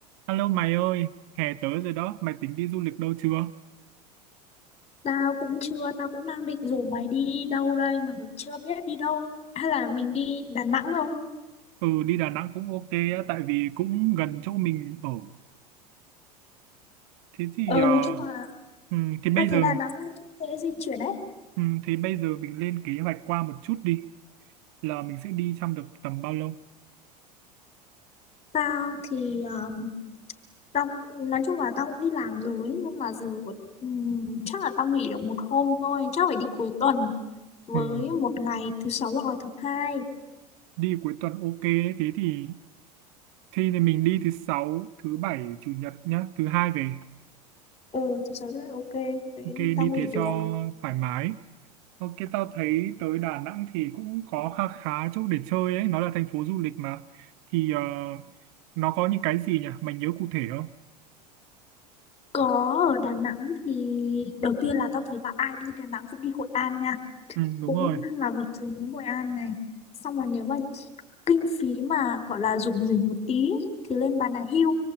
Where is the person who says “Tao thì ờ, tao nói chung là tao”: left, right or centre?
Left